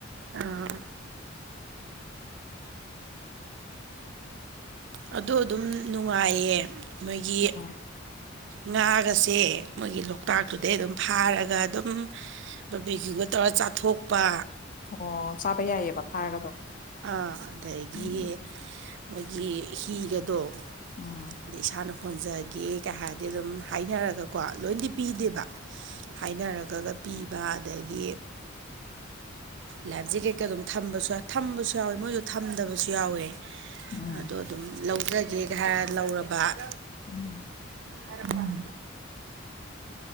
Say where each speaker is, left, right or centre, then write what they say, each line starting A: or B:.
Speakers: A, on the right (about 60°); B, on the left (about 40°).
A: ꯑꯥ ꯑꯗꯨꯗ ꯑꯗꯨꯝ ꯅꯨꯡꯉꯥꯏꯌꯦ ꯃꯣꯏꯒꯤ
B: ꯎꯝ
A: ꯉꯥꯒꯁꯦ ꯃꯣꯏꯒꯤ ꯂꯣꯛꯇꯥꯛꯇꯨꯗꯩ ꯑꯗꯨꯝ ꯐꯥꯔꯒ ꯑꯗꯨꯝ ꯕꯕꯤꯦꯒꯤ꯭ꯌꯨꯒ ꯇꯧꯔ ꯆꯥꯊꯣꯛꯄ
B: ꯑꯣ ꯆꯥꯕ ꯌꯥꯏꯑꯕ ꯐꯥꯔꯒ ꯑꯗꯨꯝ
A: ꯑꯥ ꯑꯗꯒꯤ
B: ꯎꯝ
A: ꯃꯣꯏꯒꯤ ꯍꯤꯒꯗꯣ
B: ꯎꯝ
A: ꯑꯗꯩ ꯏꯁꯥꯅ ꯍꯣꯟꯖꯒꯦ ꯀꯩ ꯍꯥꯏꯔꯗꯤ ꯑꯗꯨꯝ ꯍꯥꯏꯅꯔꯒꯀꯣ ꯂꯣꯏꯗꯤ ꯄꯤꯗꯦꯕ ꯍꯥꯏꯅꯔꯒꯒ ꯄꯤꯕ ꯑꯗꯒꯤ ꯂꯥꯏꯐ ꯖꯦꯛꯀꯦꯠꯀ ꯑꯗꯨꯝ ꯊꯝꯕꯁꯨ ꯊꯝꯕꯁꯨ ꯌꯥꯎꯋꯦ ꯃꯣꯏꯁꯨ ꯊꯝꯗꯕꯁꯨ ꯌꯥꯎꯋꯦ
B: ꯎꯝ
A: ꯑꯗꯣ ꯑꯗꯨꯝ ꯂꯧꯖꯒꯦ ꯍꯥꯏ ꯂꯧꯔꯕ
B: ꯎꯝ
A: ꯍꯔꯃꯜ